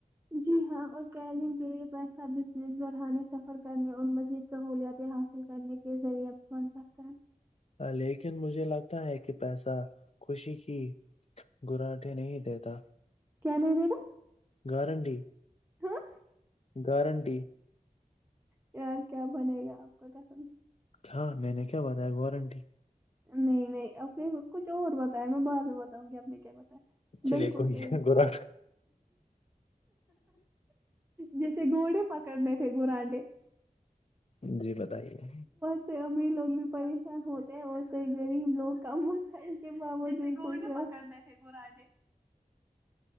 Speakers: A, on the right; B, on the left.
A: جی ہاں اور تعلیم کے لیے پیسہ بزنس بڑھانے سفر کرنے اور مزید سہولتیں حاصل کرنے کے ذریعہ بن سکتا ہیں
B: لیکن مجھے لگتا ہے کہ پیسہ خوشی کی گراٹے نہیں دیتا
A: کیا نہیں لے گا
B: گارنٹی
A: ہاں
B: گارنٹی
A: کیا کیا بنے گا آپ کا قسم سے
B: ہاں میں نے کیا بتایا گارنٹی
A: نہیں نہیں اپنے کچھ اور بتایا میں بعد میں بتاؤں گی آپ نے کیا بتایا
B: چلیے
A: بلکل
B: کوئی
A: صحیح
B: گراٹ
A: بہت جیسے گھوڑے پکڑنے تھے گورانٹے
B: جی بتائیے
A: اس سے امیر لوگ بھی پریشان ہوتے ہیں اور کہ گریب لوگ ک تھا کہ بت کو جم کرنا تھے گورڈ <unintelligible>